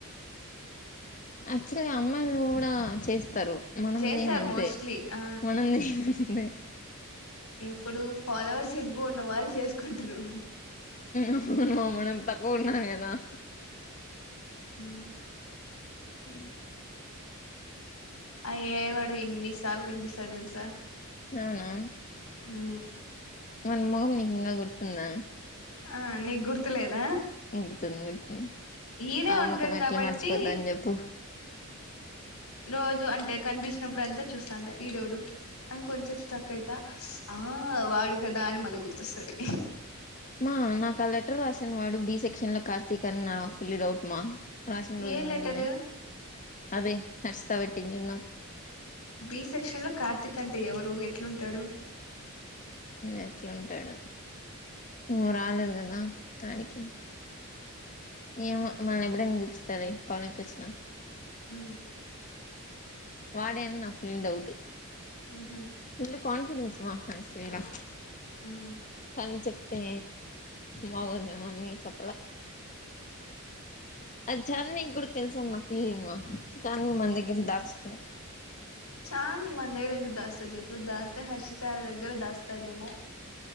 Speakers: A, on the left; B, on the left.
A: యాక్చువల్గ అమ్మాయి కూడ చేస్తారు మనం
B: చేస్తారు
A: చేయమంతే
B: మోస్ట్లీ ఆ
A: మనం చేయమందే
B: ఎప్పుడు ఫాలోవర్స్ ఎక్కువ ఉన్న వాళ్ళు చేసుకుంటారు
A: అవును మనం తక్కువ ఉన్నాం <unintelligible>
B: హు
A: అ
B: <unintelligible> వాడు ఎన్నిసార్లు కనిపిస్తాడు తెలుస
A: అవునా
B: హు
A: వాణి మొహం నీకు ఇంకా గుర్తుందా
B: ఆ నీకు గుర్తులేద
A: <unintelligible>
B: ఈడే
A: ఆ
B: ఉంటాడు
A: ముఖం
B: కాబట్టి
A: ఎట్లా మర్చిపోతాను చెప్పు
B: రోజు అంటే కనిపించినప్పుడు అంత చూస్తాంట ఈడోడు అని కొంచసేపు స్ట్రక్ అయిత ఆ వాడు కదా అని మళ్ళ గుర్తొస్తది
A: మా నాకు ఆ లెటర్ రాసను వాడు బి సెక్షన్ లో కార్తీక్ అని నా ఫుల్ డౌట్మా <unintelligible> రోజు
B: ఏ లెటరు
A: నుండి అదే <unintelligible>
B: బి సెక్షన్లో కార్తిక్ అంటే ఎవరు ఎట్లుంటాడు
A: ఎట్లుంటాడు నువ్వు రాలేదు కద ఆడికి ఏమో మనల్ని ఎప్పుడైన చూపిస్తాలే కాలేజ్కి వచ్చిన
B: ఉ
A: వాడే అని నా ఫుల్ డౌట్
B: ఉహు
A: ఫుల్లు కాన్ఫిడెన్స్ మా ఫ్రెండ్స్ ఇల్లా
B: ఉమ్
A: కానీ చెప్తే బాగోదేమో అని చెప్పలే అది చాందినికి కూడా తెలిసని నా ఫీలింగ్ మా చాలామందికి దాచింది
B: చాంది మన దరగ్గ ఎందుకు దాస్తాది చెప్పు దాస్తే హర్షిత దగ్గర దాస్తదేమో